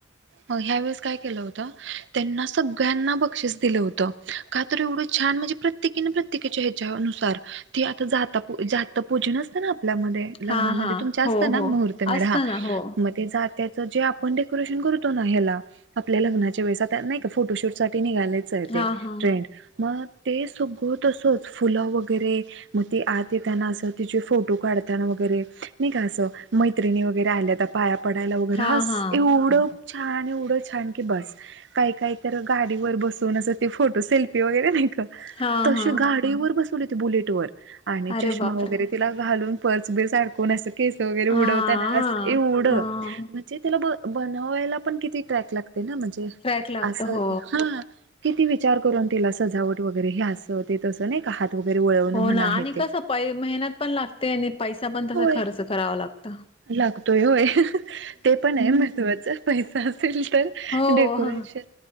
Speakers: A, on the right (about 70°); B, on the left (about 30°).
A: ह्या वेळेस काय केलं होत त्यांना सगळ्यांना बक्षीस दिलं होत का तर एवढं छान म्हणजे प्रत्येकिन प्रत्ये्किच्या हवेच्यानुसार ती आता जाता पुजन असतं ना. लग्नामध्ये
B: हां, हां.
A: तुमच्यास्त
B: हो,
A: ना
B: हो.
A: मुहूर्त मेढ
B: असतं
A: हा.
B: ना हो.
A: आताच जे आपण डेकोरेशन करतो ना हेला आपल्या लग्च्या वेळेस नाही का फोटो शूटसाठी तिनि घालेच आहे
B: हां,
A: ते
B: हां.
A: ट्रेंड मग ते सगळं तसंच फुलं वगैरे मग ती आत येताना असं तिचे फोटो काढताना वै गेरे नाही का असं मैत्रिणी वगैरे आल्या तर पाया पडायला वगैरे
B: हां,
A: हास
B: हां.
A: एवढं छान एवढं छान की बस काही काही तर गाडीवर बसून असं ते फोटो सेल्फी वगैरे नाही
B: हां,
A: तसे
B: हां.
A: गाडीवर बसवले होते बुलेट वर आणि
B: अरे
A: चष्मा
B: बापरे!
A: वगैरे तिला घालून पर्स बिर्स आडकुन अस केस वगैरे
B: हां,
A: उडवताना असं येवड म्हणजे
B: हां.
A: त्याला बनवायला पण किती ट्रॅक लागते ना म्हणजे
B: ट्रॅक लागतं
A: असं
B: हो.
A: ह. किती विचार करून तिला सजावट वगैरे हे असं ते तसं नाही का हात वगैरे वळवणं
B: हो
A: म्हणा
B: ना आणि
A: हे ते
B: कसं पैसे मेहनत पण लागते आणि पैसा पण तसा
A: होय
B: खर्च करावा लागत.
A: लागतोय होय. ते पण आहे महत्वाचं पैसा असेल तर
B: हो,
A: डेकोरेशन.
B: हां.